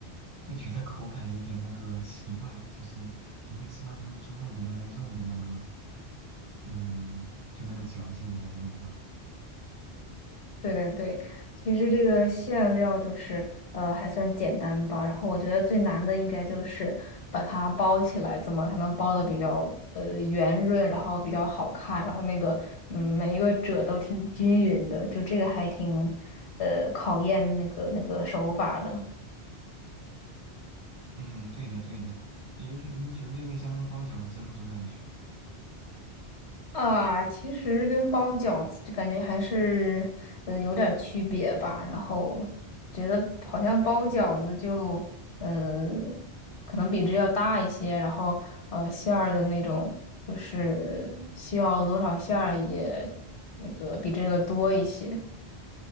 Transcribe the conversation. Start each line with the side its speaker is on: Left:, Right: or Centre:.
Right: 会觉得口感有点那个奇怪，就是你会吃到那个猪肉的那个肉的那个，嗯，就那个嚼劲的那个味道。
Left: 对对对，其实这个馅料就是呃还算简单吧，然后我觉得最难的应该就是把它包起来，怎么才能包的比较呃圆润，然后比较好看，然后那个嗯每一个褶都挺均匀的，就这个还挺呃考验那个那个手法的。
Right: 嗯，对的对的，就有点有点有点像那个包饺子那种感觉。
Left: 啊，其实跟包饺子就感觉还是呃有点儿区别吧。然后觉得好像包饺子就呃可能比这要大一些，然后呃馅儿的那种就是需要多少馅儿也那个比这个多一些，